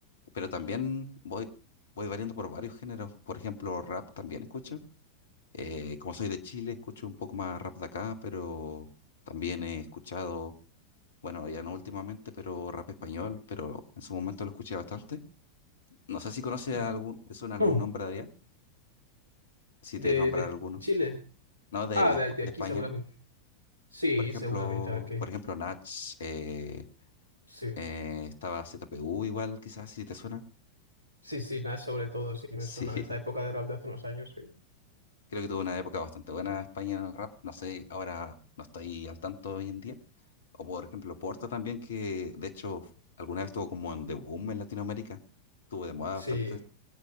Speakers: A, on the left (about 65°); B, on the right (about 80°).
A: pero también voy, voy variando por varios géneros. Por ejemplo, rap también escucho. Eh, como soy de Chile, escucho un poco más rap de acá, pero también he escuchado, bueno, ya no últimamente, pero rap español, pero en su momento lo escuché bastante. No sé si conoce
B: <clears throat>
A: algún, te suena algún
B: Mm.
A: nombre de allá, si
B: De,
A: te nombrar
B: de
A: alguno.
B: Chile.
A: No, de,
B: Ah,
A: de,
B: de,
A: Espa-
B: de
A: de
B: aquí
A: España.
B: seguramente. Sí,
A: Por ejemplo,
B: seguramente, a ver qué.
A: por ejemplo, Nach, eh,
B: Sí,
A: eh, estaba ZPU igual, quizás, si te suena.
B: sí, sí, nada, sobre todo, sí, me
A: Sí,
B: suena
A: <laughs>
B: de esa época de rap de hace unos años, sí.
A: creo que tuvo una época bastante buena España en el rap. No sé, ahora no estoy al tanto hoy en día O por ejemplo, Porta también, que de hecho f- alguna vez estuvo como en The Boom en Latinoamérica, estuvo de moda
B: Sí.
A: bastante.